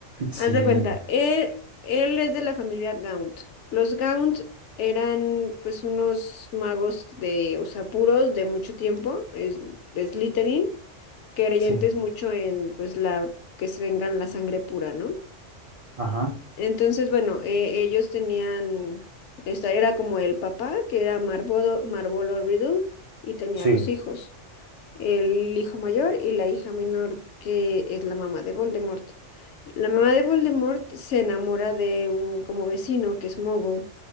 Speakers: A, on the right (about 50°); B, on the left (about 70°).
A: Sí,
B: Haz de cuenta, él, él es de la familia Gaunt. Los Gaunt eran pues unos magos de, o sea, puros de mucho tiempo, es, de Slytherin, creyentes
A: sí,
B: mucho en pues la, que tengan la sangre pura, ¿no?
A: ajá,
B: Entonces, bueno, eh, ellos tenían, esta era como el papá, que era Marvolo, Marvolo Riddle, y tenía
A: sí,
B: dos hijos el hijo mayor y la hija menor, que es la mamá de Voldemort. La mamá de Voldemort se enamora de un como vecino que es Mogul,